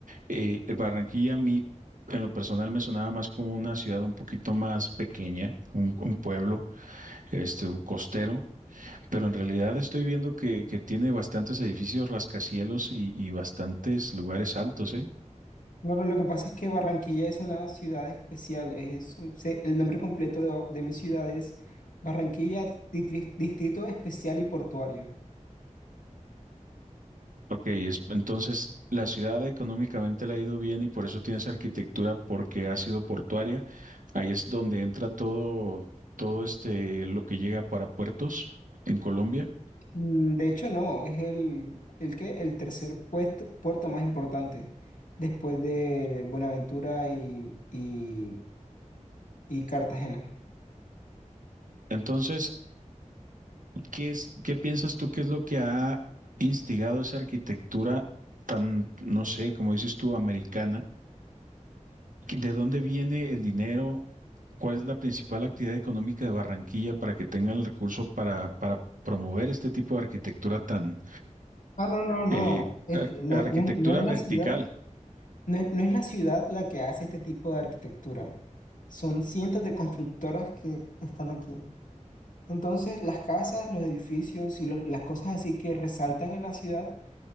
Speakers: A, on the right; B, on the left.
A: Eh, eh, Barranquilla a mí, en lo personal, me sonaba más como una ciudad un poquito más pequeña, un, un pueblo, este, costero, pero en realidad estoy viendo que, que tiene bastantes edificios rascacielos y, y bastantes lugares altos, ¿eh?
B: Bueno, lo que pasa es que Barranquilla es una ciudad especial. Es, se- el nombre completo de, de mi ciudad es Barranquilla Ditri- Distrito Especial y Portuario.
A: Ok, es- entonces la ciudad económicamente le ha ido bien y por eso tiene esa arquitectura porque ha sido portuaria. Ahí es donde entra todo, todo este, lo que llega para puertos en Colombia.
B: Mm, De hecho, no, es el, el, qué el tercer puesto- puerto más importante después de Buenaventura y, y, y Cartagena.
A: Entonces, ¿qué es, qué piensas tú que es lo que ha instigado esa arquitectura tan, no sé, como dices tú, americana? ¿Qué- ¿De dónde viene el dinero? ¿Cuál es la principal actividad económica de Barranquilla para que tenga el recurso para, para promover este tipo de arquitectura tan
B: Ah, no, no, no.
A: Eh,
B: Este,
A: ar-
B: no,
A: arquitectura
B: no es, no es
A: vertical,
B: la ciudad, no es, no es la ciudad la que hace este tipo de arquitectura. Son cientos de constructoras que están aquí. Entonces, las casas, los edificios y lo- las cosas así que resaltan en la ciudad,